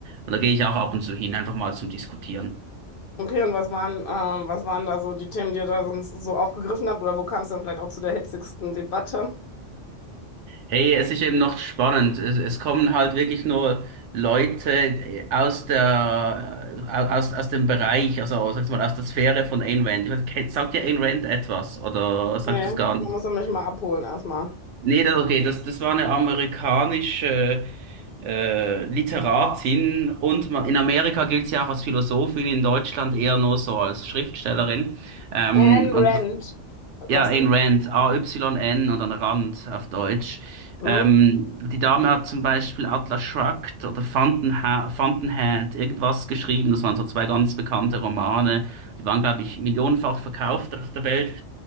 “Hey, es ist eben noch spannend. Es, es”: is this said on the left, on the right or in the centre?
Right